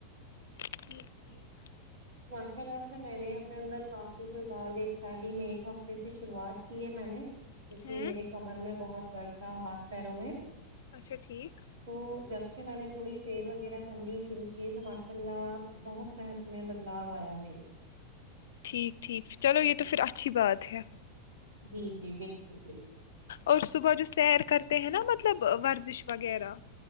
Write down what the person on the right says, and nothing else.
اشء اللہ سے میں نے اپ نے اندر کافی ززار دیکھا ہے ابھی میں ایک ہفتے سے شروعات کی ہے میں نے کیونکہ
میرے کمر میں بہت درد ہ ہات پیروں میں
تو جب سے میں نے تھوڑی سیر وغیرہ کرنی شروع کی تو ماشاء اللہ بہت صحت میں بدلاؤ آیا ہےیرے
جی جی بالکل بالکل